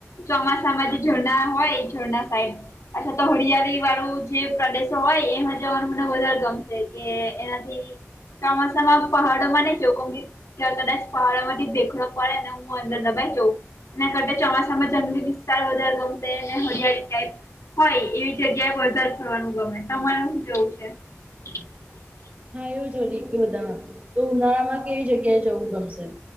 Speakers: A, on the left; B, on the right.
A: ચોમાસામાં જે ઝરણા હોય એ રણા સાઈડ. અચ્છા તો હરિયાળી વાળું જે પ્રદેશો હોય એમાં જવાનું મને વધારે ગમશે. કે એનાથી ચોમાસામાં પહાડોમાં નને જોખમ. ત્યા કદાચ પહાડવામાંથી ભેખડો પડે ને હું અંદર દબાઈ જાઉં. એના કરતા ચોમાસામાં જંગલી વિસ્તાર વધારે ગમશે હરિયાળી ટાઈપ. હોય એવી જગ્યાએ વધારે થવાનું ગમે તમારે શું કેવું છે. હ.
B: હા એવું જો હોરી બધામાં તો ઉનાળામાં કેવી જગ્યાએ જવું ગમશે.